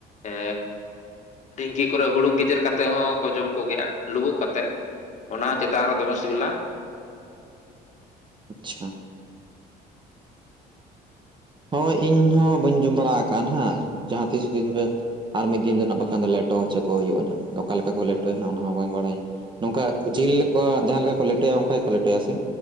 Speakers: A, on the left; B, on the right.
A: ᱮ ᱰᱷᱤᱝᱠᱤ ᱠᱚᱨᱮ ᱦᱩᱲᱩᱝ ᱜᱮᱡᱮᱨ ᱠᱟᱛᱮ ᱦᱚᱸᱠᱚ ᱡᱚᱢ ᱠᱚᱜᱮᱭᱟ ᱞᱩᱵᱩᱜ ᱠᱟᱛᱮᱫ, ᱚᱱᱟ ᱪᱮᱛᱟ ᱟᱨᱚ ᱫᱚᱢᱮ ᱥᱤᱵᱤᱞ-ᱟ?
B: ᱟᱪᱪᱷᱟ᱾ ᱦᱳᱭ ᱤᱧ ᱦᱚ ᱵᱟᱹᱧ ᱡᱚᱢ ᱵᱟᱲᱟ ᱟᱠᱟᱜᱼᱟ ᱱᱟᱦᱟᱜ ᱡᱟᱦᱟᱸ ᱛᱤᱥ ᱫᱤᱱ ᱨᱮ ᱟᱨ ᱢᱤᱫ ᱫᱤᱱ ᱫᱚ ᱱᱟᱜ ᱵᱟᱠᱷᱟᱱ ᱫᱚ ᱞᱮᱴᱚ ᱦᱚᱪᱚ ᱠᱚ ᱦᱩᱭᱩᱜᱼᱟ ᱱᱟᱦᱟᱜ ᱚᱠᱟ ᱞᱮᱠᱟ ᱠᱚ ᱞᱮᱴᱚᱭᱟ ᱱᱟᱜ ᱚᱱᱟ ᱦᱚᱸ ᱵᱟᱝ ᱵᱟᱲᱟᱭᱤᱧ᱾ ᱱᱚᱝᱠᱟ ᱡᱤᱞ ᱠᱚ ᱡᱟᱦᱟᱸ ᱞᱮᱠᱟ ᱠᱚ ᱞᱮᱴᱚᱭᱟ ᱚᱱᱠᱟ ᱜᱮᱠᱚ ᱞᱮᱴᱚᱭᱟ ᱥᱮ?